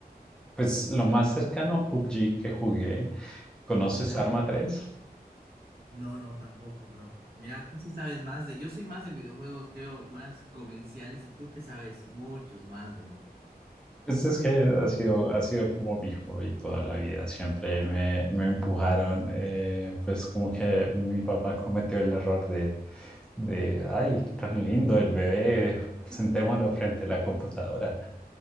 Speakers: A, in the centre; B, on the right.
A: pues lo más cercano a PUBG que jugué, ¿conoces
B: ya.
A: Arma tres
B: No, no, tampoco, bro. Mira, tú sí sabes más de. Yo soy más de videojuegos, creo, más comerciales y tú te sabes muchos más, bro.
A: Pues es que ha sido, ha sido como mi hobby toda la vida. Siempre me, me empujaron, eh, pues como que mi papá cometió el error de, de, ay, tan lindo el bebé, sentémoslo frente a la computadora.